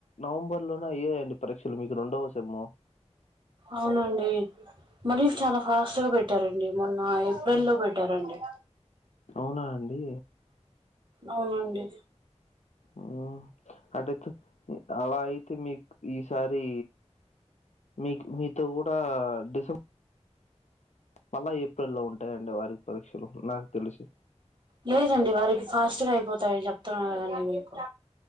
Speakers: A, on the left (about 75°); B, on the right (about 45°).
A: నవంబర్ లోనో అయ్యాయండి పరీక్షలు మీకు రెండవ సెమ్ము
B: అవునండి మరీ చాలా ఫాస్ట్ గా పెట్టారండి మొన్న ఏప్రిల్
A: హ్మ్.
B: లో పెట్టారండి
A: అవునా అండి
B: అవునండి
A: మ్మ్ అట్టయితే మ్మ్ అలా అయితే మీకు ఈసారి మీకు మీతో కూడా డిసెంబ మళ్ళా ఏప్రెల్లో ఉంటాయండి వారికి పరీక్షలు నాకు తెలిసి
B: లేదండి వారికి ఫాస్ట్గా అయిపోతాయి చెప్తున్నారు కదండి మీకు